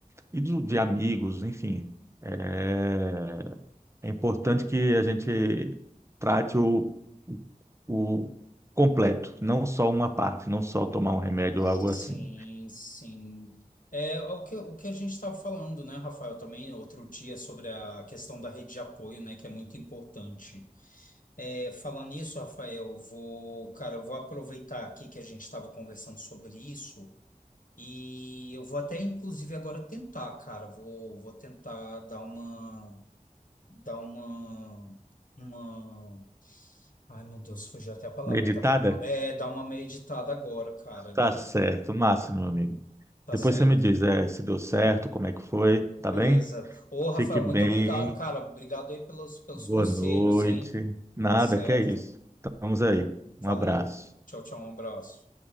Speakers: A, on the right (about 20°); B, on the left (about 70°).
A: e do- de amigos, enfim. É, é importante que a gente trate o, o o completo, não só uma parte, não só tomar um remédio
B: Sim,
A: ou algo assim.
B: sim. É o que, o que a gente estava falando, né, Rafael, também outro dia sobre a questão da rede de apoio, né, que é muito importante. É, falando nisso, Rafael, vou, cara, eu vou aproveitar aqui que a gente estava conversando sobre isso e eu vou até, inclusive, agora tentar, cara, vou, vou tentar dar uma dá uma, uma, ai meu Deus, fugiu até a palavra,
A: Meditada?
B: tá vendo? É, dá uma meditada agora, cara, bi
A: Tá certo, massa, meu amigo.
B: tá
A: Depois
B: certo?
A: você me diz, é, se deu certo, como é que foi,
B: Beleza.
A: tá bem?
B: Ô, Rafael,
A: Fique bem.
B: muito obrigado, cara, obrigado aí pelos, pelos
A: Boa
B: conselhos,
A: noite.
B: hein?
A: Nada,
B: Tá certo.
A: que é isso. Estamos aí. Um
B: Falou.
A: abraço.
B: Tchau, tchau, um abraço.